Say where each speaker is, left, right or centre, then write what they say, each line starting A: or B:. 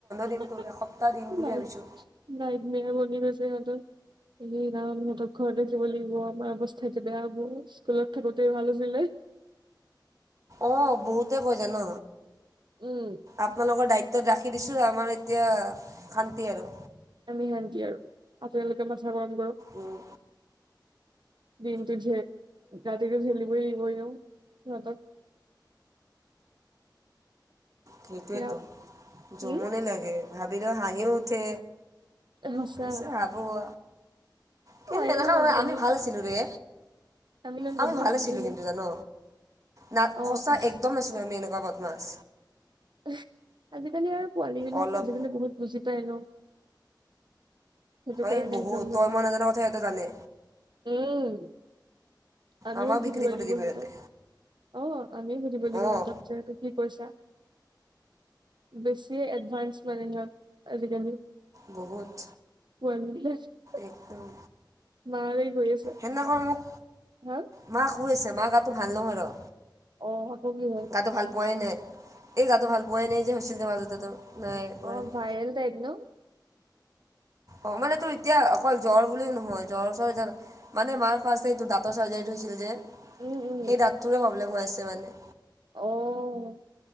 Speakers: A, on the right (about 75°); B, on the right (about 45°).
A: <unintelligible>
B: দিম তোৰ এসপ্তাহ দিম বুলি
A: নাইট,
B: ভাবিছোঁ
A: নাইট মেয়াৰ বুলি কৈছে ইহঁতৰ। এইকেইদিন অ', সিহঁতক ঘৰতে <inaudible> লাগিব, আমাৰ অৱস্থা এতিয়া বেয়া হ'ব। স্কুলত থাকোতে ভাল আছিলে।
B: অ', বহুতে কয় জান'?
A: উম।
B: আপোনালোকৰ দায়িত্বত ৰাখি দিছোঁ। আমাৰ এতিয়া, শান্তি আৰু।
A: আমি শান্তি আৰু। আপোনালোকে মাথা গৰম কৰক।
B: উম
A: দিনটো ঝে, ৰাতিটো ঝেলিবই লাগিব এনেওঁ, ইহঁতক।
B: সেইটোৱেতো,
A: বেয়া
B: জমনি
A: উম
B: লাগে। ভাবিলে হাঁহিও উঠে।
A: সঁচা
B: পিছ ভাবোঁ। কিন্তু
A: হয়ে
B: এনেকুৱা
A: আৰু
B: নহয়,
A: আজিকালি
B: আমি ভাল আছিলোঁ ৰে!
A: ইমান
B: আমি
A: বদমাছ
B: ভাল
A: নাছিলো
B: আছিলোঁ কিন্তু জান'? না,
A: অ
B: সঁচা
A: আছ
B: একদম নাছিলোঁ আমি এনেকুৱা বদমাছ।
A: হে, আজিকালি আৰু পোৱালী বিলাক,
B: অলপ
A: আজিকালি বহুত বুজি পায় ন'? সেইটো
B: এই
A: কাৰণে
B: বহুত
A: একদম
B: তই
A: মানে।
B: মই নাজানা কথা সিহঁতে জানে
A: উম। আমিয়ে
B: আমাক
A: <unintelligible>
B: বিক্ৰী কৰি দিব
A: সিহঁতক।
B: সিহঁতে
A: অ', আমিয়ে সুধিব লাগিব
B: অঁ
A: সিহঁতক, যে কি কৈছা? বেছিয়ে এডভানস মানে সিহঁত, আজিকালি।
B: বহুত।
A: <unintelligible>
B: একদম।
A: মাহঁতে কি কৰি আছে?
B: সিদিনাখন মোক
A: হা?
B: মা শুই আছে। মা গাটো ভাল নহয় ৰ'।
A: অ', আকৌ কি হ'ল?
B: গাটো ভাল পোৱাই নাই। এই গাটো ভাল পোৱাই নাই যে হৈছিল যে মাজতে তোৰ। নাই পোৱাই
A: অ',
B: নাই
A: ভাইৰেল টাইপ ন'?
B: অ', মানে তোৰ এতিয়া অকল জ্বৰ বুলিয়ে নহয়। জ্বৰ চৰ এ মানে মাৰ ফাচ সেইটো দাঁতৰ চাৰ্জাৰীটো হৈছিল যে,
A: উম উম
B: সেই দাঁতটোৰে প্ৰব্লেম হৈ আছে মানে।
A: অ',